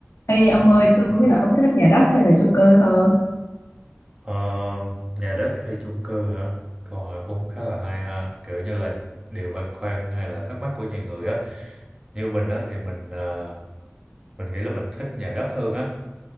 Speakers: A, on the left (about 85°); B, on the right (about 20°).
A: Ê ông ơi, tôi không biết là ông thích nhà đất hay là chung cư hơn.
B: Ờ, nhà đất hay chung cư hả? Câu hỏi cũng khá là hay ha, kiểu như là điều băn khoăn hay là thắc mắc của nhiều người á. Như mình á thì mình ờ, mình nghĩ là mình thích nhà đất hơn á,